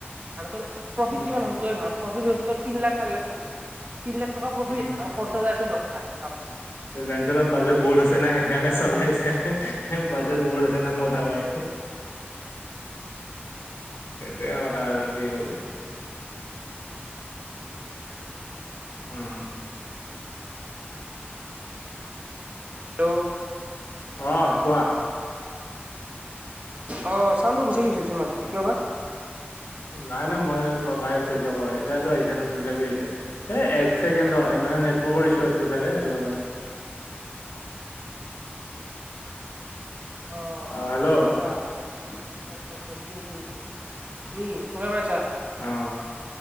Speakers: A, on the right; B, on the left.
A: আৰু তোৰ প্ৰফিট
B: উম
A: কিমান হ'ব তই ভাব প্ৰফিট তোৰ তিনি লাখ চাৰি লাখ প্ৰফিট। তিন লাখ টকাৰ প্ৰফিট
B: উম
A: আৰু খৰচা যে আছে দহ লাখ তাৰ।
B: অলঞ্চলত বাজেট বহুত আছে না, সেইকাৰণে চলাই আছে বাজেট বহুত আছে না মতা ভাই। সেইটোৱে আটা আৰু কি কবি। উম।
A: টো।
B: অ কোৱা
A: অ', চাউণ্ডটো গুচি গৈছে তোমাৰ মাজতে কিয় বা।
B: নাই-নাই, মই পাই আছো। এতিয়া কৰা এতিয়াটো আহিছে ন' তাকে আহিছে। এ' এক ছেকেণ্ডৰ নে মানে নেটৱৰ্কৰ ইছ্যু চাগে সেইটো মানে।
A: অঁহ',
B: অ হেল্ল' অ
A: -আচ্ছা-আচ্ছা-আচ্ছা বুজি পাইছো। উম' শুনা পাইছা?
B: অঁহ',